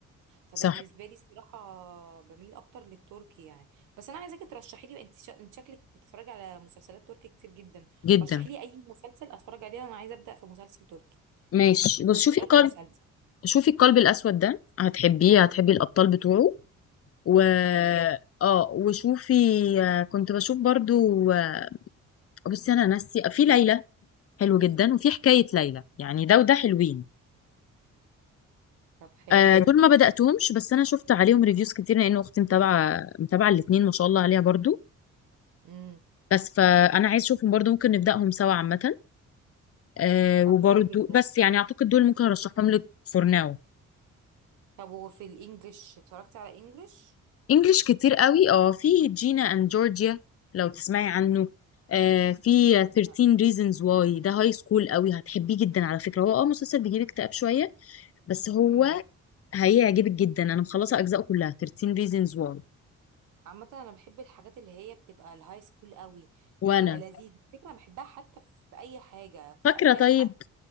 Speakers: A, on the right (about 80°); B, on the left (about 50°).
A: فبالنسبة
B: صح
A: لي الصراحة بميل اكتر للتركي يعني بس انا عايزاكي ترشحي لي بقى، انت شا- انت شكلك بتتفرجي على مسلسلات تركي كتير جدا
B: جدا
A: رشحي لي اي مسلسل اتفرج عليه انا عايزة ابدأ في مسلسل تركي
B: ماشي بص
A: قولي
B: شوفي
A: لي
B: القلب
A: اي مسلسل
B: شوفي القلب الاسود ده هتحبيه هتحبي الابطال بتوعه و
A: حلو
B: اه وشوفي آه، كنت بشوف برضو آه، بصي انا ناسي في ليلى حلو جدا وفي حكايه ليلى يعني ده وده حلوين
A: طب حلو
B: آه، دول ما بدأتهمش بس انا شفت عليهم ريفيوز كتير لان اختي متابعه متابعه الاثنين ما شاء الله عليها برضو
A: امم
B: بس فانا عايز اشوفهم برضو ممكن نبدأهم سوا عامه آه،
A: طب
B: وبرضو
A: حلو جدا
B: بس يعني اعتقد دول ممكن ارشحهم لك فور ناو
A: طب وفي الانجليش اتفرجتي على انجليش
B: انجلش كتير قوي اه في جينا اند جورجيا لو تسمعي عنه آه، في 13
A: لا
B: reasons why ده هاي سكول قوي هتحبيه جدا على فكره هو اه مسلسل بيجيب اكتئاب شويه بس هو
A: امم
B: هيعجبك جدا انا مخلصه اجزاءه كلها 13 reasons why
A: عامة انا بحب الحاجات اللي هي بتبقى الهاي سكول قوي
B: وانا
A: بتبقى لذيذة على فكرة أنا بحبها حتى في في اي حاجة في
B: فاكره
A: الافلام
B: طيب
A: حتى